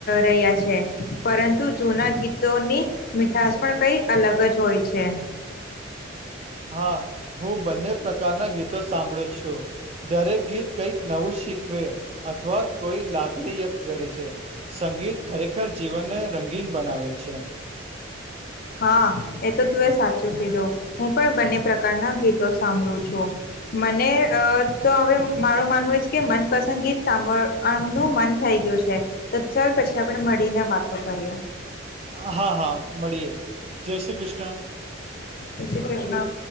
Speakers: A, on the left; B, on the right.
A: રહ્યા છે પરંતુ જૂના ગીતોની મીઠશ પણ કઈ અલગ જ હોય છે
B: હા હું બંને પ્રકારના ગીતો સાંભળું છું દરેક ગીત કઈક નવું શીખવે અથવા કોઈ લાગણી વ્યક્ત કરે છે સંગીત ખરેખર જીવનને રંગીન બનાવે છે
A: હા એ તો તું એ સાચું કીધું હું પણ બંને પ્રકારના ગીતો સાંભળું છું મને તો હવે મારું માનવું જ કે મનપસંદ ગીત સાંભળવાનું મન થઈ ગયું છે તો ચાલ પછી આપણે મળીને વાતો કરીએ
B: હા હા મળીએ જય શ્રી કૃષ્ણ
A: જય શ્રી કૃષ્ણ